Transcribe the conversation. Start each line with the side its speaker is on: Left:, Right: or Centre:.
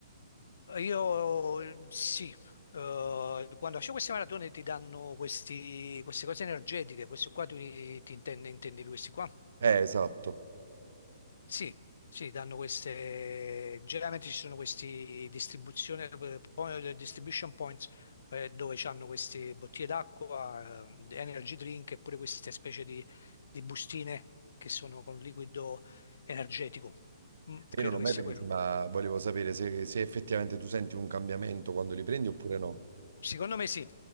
Left: Io eh, sì, eh, quando faccio queste maratone ti danno questi- queste cose energetiche, questo qua tu ti, ti intende- intendevi questi qua?
Right: Eh, esatto.
Left: Sì, sì, danno queste, generalmente ci sono questi distribuzione, eh, point- distribution points eh, dove hanno queste bottiglie d'acqua, eh, energy drink e pure queste specie di, di bustine che sono con liquido energetico. Mm, credo
Right: Io non l'ho
Left: che
Right: mai
Left: sia
Right: presi,
Left: quello.
Right: ma volevo sapere se, se effettivamente tu senti un cambiamento quando li prendi oppure no.
Left: Secondo me sì,